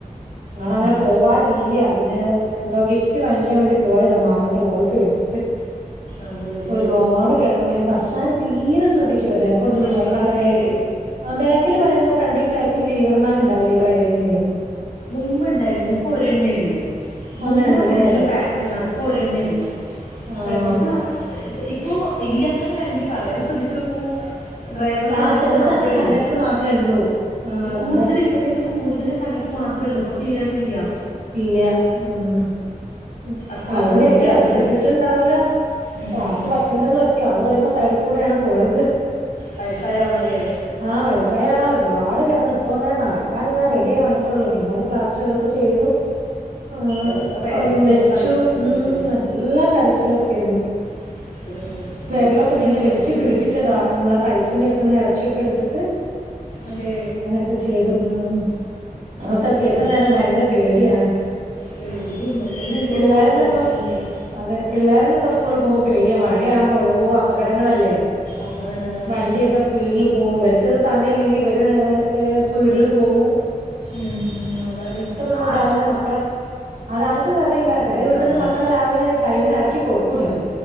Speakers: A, on the right; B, on the left.
A: ആളങ്ങനെ
B: എന്താ
A: പോവാറില്യാ
B: കഷ്ടം
A: പിന്നെ എന്തോ ഗിഫ്റ്റ് വാങ്ങിക്കാൻ വേണ്ടി പോയതാ മാമന്റെ മോൾക്ക് വേണ്ടി ഹ്
B: അതേലേ
A: ഒരുപാട് കിടന്ന്പോ ഞാൻ ബസ്സാര് തീരെ ശ്രദ്ധിക്കില്ല ബാക്ക് ഒന്നും
B: ശ്രദ്ധിക്കില്ലേ
A: നോക്കാണ്ടെ ബാക്ക് ആഹ് ബാക്കിൽ പറയുമ്പോ ഫ്രണ്ടിൽ ബാക്കിനും ക്ലീനർമാർണ്ടാവില്ലേ ഈ പ്രൈവറ്റിൻ
B: മുബ്ബ്ണ്ടായിരുന്നു ഇപ്പൊ ഒര് എണ്ണേയുള്ളൂ മുമ്പ്
A: ഒന്നേ ഉള്ളൂല്ലേ
B: ഫ്രണ്ടിലും ബാ ഉം ആഹ് ഇപ്പൊ ഒരെണ്ണേ ഉള്ളൂ
A: ആഹ്
B: ഞ്ഞിപ്പ ഹ് ഇപ്പൊ ഇല്യാന്നനെവേണങ്കി പറയാം ന്ന് ശ്രദ്ധിച്ചോക്കൂ ഡ്രൈവറും
A: ആ
B: കണ്ടക്ടറും
A: ചില
B: മാത്രേള്ളൂ
A: സ്ഥലത്ത് കണ്ടക്ടർ മാത്രമേ ഉള്ളൂ ആ
B: ഇ കൂടുതൽ
A: അതെ
B: ഇവിടെയൊക്കെ കൂടുതലും കണ്ടക്ടർ മാത്രേള്ളൂ ഇപ്പോൾ ക്ലിയർ ഇല്യാ
A: ഇല്ല ഉം ഉം
B: അത്ര
A: അതുകൊണ്ടായിരിക്കും
B: ശ്രദ്ധിക്കാതുണ്ടേ
A: അവര് ശ്രദ്ധിച്ച്ണ്ടാവൂല പക്ഷെ
B: ഉം.
A: ആൾക്ക് പറ്റേണ്ടത് പറ്റി ആള് പറയുമ്പോ സൈഡ്കൂടെയാണ് പോയത് ഹ്
B: വൈസായ ആളല്ലേ
A: ആഹ് വയസ്സായ ആളാ ഒരുപാട് കിടന്ന് ഇപ്പോ ഇങ്ങനെ നടക്കാൻ ഇങ്ങനെ റെഡിയായി വന്ന്ട്ടൊള്ളു പിന്നെ അത് പ്ലാസ്റ്റർ ഇതൊക്കെ ചെയ്തു ആഹ്
B: എത്ര വേദന
A: ആഹ് വെച്ചു
B: ഇതും സഹിച്ചിട്ടുണ്ടാവില്ലേ
A: ഉം നല്ല കരച്ചിലൊക്കെയിരുന്നു
B: <unintelligible>
A: വെര്ലൊക്കെ
B: തന്നെ
A: പിന്നെ
B: പേടിയാണ്
A: വെച്ച് പിടിപ്പിച്ചതാ നമ്മളെ തൈസിന്റെ എട്ത്ത്ന്ന് എറച്ചി ഒക്കെ എടുത്തിട്ട്
B: അതെ
A: ക്കെ ചെയ്തു ഉം അവൊക്കെ കേൾക്കുന്നേരം
B: അല്ലാതെ
A: ഭയങ്കര പേ ടിയാണ്
B: പേടി നമുക്ക് തന്നെ എന്തോ
A: പിള്ളേരെന്നെ
B: ഒരു വിഷമം
A: ഇപ്പ
B: വരും
A: അതെ പിള്ളേരന്ന ഇപ്പ സ്കൂളിൽ പോകുമ്പോ പേടിയാ മഴ ആവുമ്പോ ഓരോ അപകടങ്ങളല്ലേ
B: അതാണ് അതാണ്
A: വണ്ടിയൊക്കെ സ്പീഡിൽ പോകും ഇവർക്ക് സമയം ഇല്ലെങ്കിൽ വര് സ്പീഡിൽ പോകും
B: ഉം അതാണേ അഹ്
A: ഇപ്പം രാവിലെ മക്കളെ അത ആർക്കും സമയല്ല ചെല വീട്ടിൽന്ന്
B: സമയമില്ല
A: മക്കളെ രാവിലെ ടൈമിന് എറക്കി കൊടുക്കൂല അവർ